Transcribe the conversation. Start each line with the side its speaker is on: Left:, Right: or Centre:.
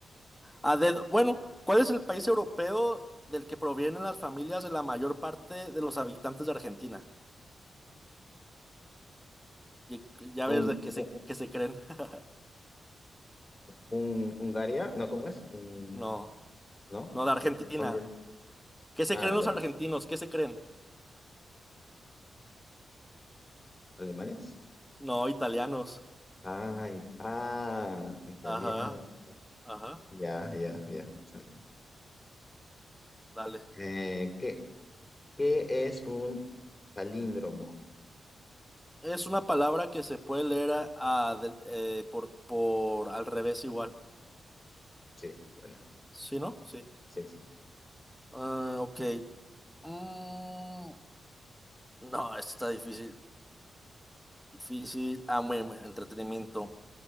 Centre: A dedo- Bueno, ¿cuál es el país europeo del que provienen las familias de la mayor parte de los habitantes de Argentina? Y- Ya ves
Left: Un,
Centre: de qué se,
Left: un,
Centre: qué se creen. <laughs>
Left: un- Hungaria, no, ¿cómo es? Un,
Centre: No,
Left: ¿no?
Centre: no, de Argentina.
Left: Un, Hunger-
Centre: ¿Qué se
Left: ah,
Centre: creen
Left: de-
Centre: los argentinos? ¿Qué se creen?
Left: alemanes.
Centre: No, italianos.
Left: Ah, it- ah, italiano.
Centre: Ajá, ajá,
Left: Ya, ya, ya. Está bien.
Centre: dale.
Left: Eh, ¿qué, qué es un palíndromo?
Centre: Es una palabra que se puede leer a- a del- eh, por, por al revés igual.
Left: Sí, bueno,
Centre: ¿Sí, no? Sí.
Left: sí, sí.
Centre: Ah, ok. Mm, no, esto está difícil. Difícil. Ah, bueno, entretenimiento.